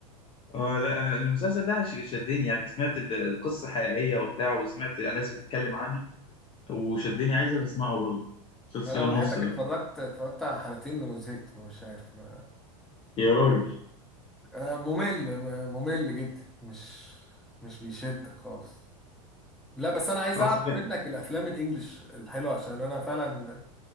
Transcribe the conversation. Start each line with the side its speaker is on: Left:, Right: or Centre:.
Left: اه لا انا المسلسل ده ش- شدني يعني سمعت ال- القصه حقيقيه وبتاع وسمعت ناس بتتكلم عنه وشدني عايز اسمعه برضه مسلسل
Centre: لو
Left: النص
Centre: حياتك
Left: ده
Centre: اتفرجت اتفرجت على الحلقتين وزهقت مش عارف ما.
Left: يا راجل
Centre: آه، ممل ما- ممل جدا مش مش بيشدك خالص لا بس انا عايز
Left: اه
Centre: اعرف
Left: صدقني
Centre: منك الافلام الانجليش الحلوه عشان انا فعلا